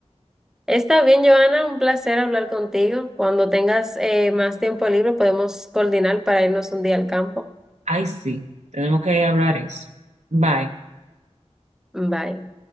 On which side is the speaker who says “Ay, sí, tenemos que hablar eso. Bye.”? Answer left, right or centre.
Right